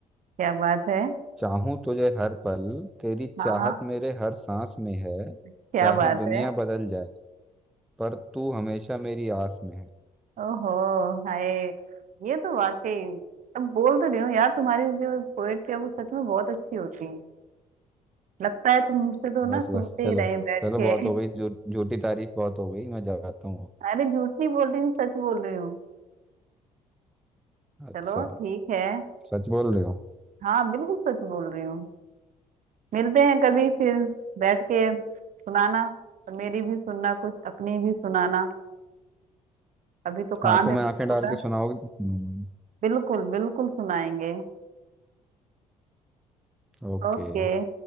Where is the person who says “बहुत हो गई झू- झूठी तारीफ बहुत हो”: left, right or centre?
Centre